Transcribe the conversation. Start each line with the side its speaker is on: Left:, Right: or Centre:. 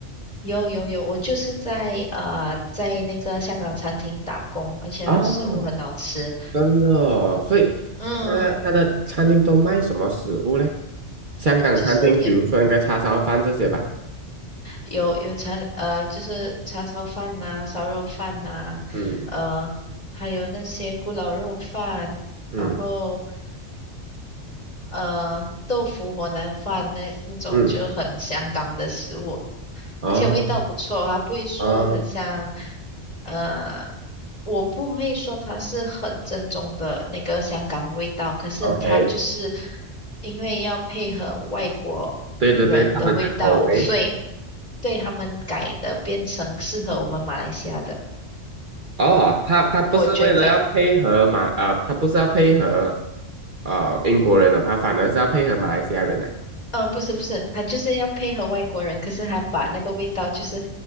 Left: 有有有，我就是在呃在那个香港餐厅打工，而且它食物很好吃。
Right: 哦，真的哦，所以他他的餐厅都卖什么食物嘞？
Left: 嗯，
Right: 香港餐厅，
Left: 就是有
Right: 比如说应该叉烧饭这些吧。
Left: 有有叉呃就是叉烧饭呐、烧肉饭呐、
Right: 嗯
Left: 呃还有那些咕咾肉饭，
Right: 嗯
Left: 然后。呃，豆腐火腩饭那那种就很香港的食物，
Right: 嗯，哦
Left: 而且味道不错，它不会说很像，
Right: 哦
Left: 呃，我不会说它是很正宗的那个香港味道，可是它就是
Right: ，OK，
Left: 因为要配合外国人的味道，
Right: 对对对，他们的口味。
Left: 所以对他们改的变成适合我们马来西亚的，
Right: 哦，他他不是为了要配合马啊、
Left: 我觉得。
Right: 他不是要配合呃英国人哦，他反而是要配合马来西亚人呐、
Left: 呃，不是不是，他就是要配合外国人，可是他把那个味道就是，